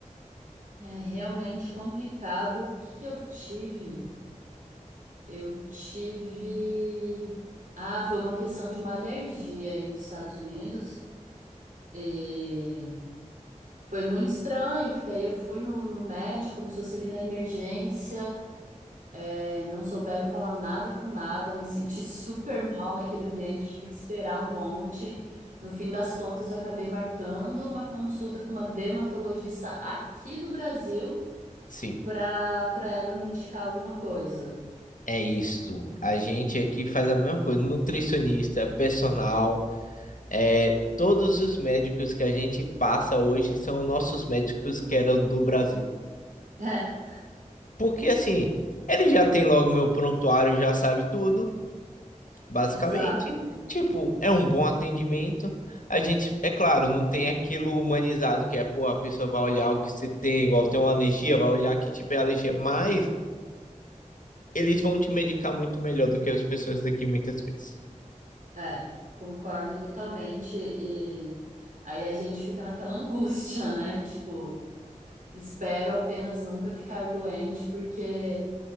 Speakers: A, on the right (about 80°); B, on the left (about 80°).
A: É, é realmente complicado. O que que eu tive? Eu tive. Ah, foi uma questão de uma alergia aí nos Estados Unidos. E foi muito estranho, porque aí eu fui no, no médico, como se fosse ali na emergência, é, não souberam falar nada com nada, me senti <laughs> super mal naquele ambiente, tive que esperar um monte. No fim das contas, eu acabei marcando uma consulta com uma dermatologista aqui do Brasil
B: Sim,
A: para para ela me indicar alguma coisa.
B: é isso. A gente aqui faz a mesma coisa. Nutricionista, personal, É, todos os médicos que a gente passa hoje são nossos médicos que eram do Brasil.
A: <laughs> É,
B: Porque assim, ele já tem logo meu prontuário, já sabe tudo, basicamente.
A: exato,
B: Tipo, é um bom atendimento. A gente, é claro, não tem aquilo humanizado que é, pô, a pessoa vai olhar o que você tem, igual tem uma alergia, vai olhar que tipo é alergia, mas eles vão te medicar muito melhor do que as pessoas daqui muitas vezes.
A: é, concordo totalmente. E aí a gente fica naquela <laughs> angústia, né? Tipo. Espero apenas nunca ficar doente, porque é,